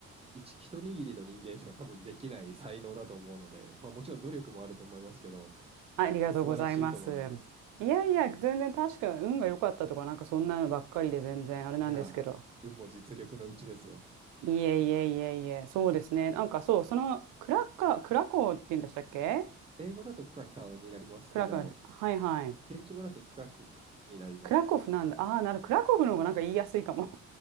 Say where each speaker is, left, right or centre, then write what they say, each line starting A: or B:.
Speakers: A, on the right; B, on the right.
A: 一、一握りの人間しか多分できない才能だと思うので、まあもちろん努力もあると思いますけど、
B: ありがとうございます。
A: 素晴らしいと思います。
B: いやいや、全然確か運が良かったとか、なんかそんなのばっかりで全然あれなんですけど。
A: いや、運も実力のうちですよ。
B: いえいえいえいえ、そうですね。なんかそう、そのクラッカー、クラコーって言うんでしたっけ
A: 英語だとクラカオになりますけど、
B: クラコーね、はいはい。
A: 現地語だとクラクフになりますね。
B: クラコフなんだ。ああ、なる、クラコフの方がなんか言いやすいかも。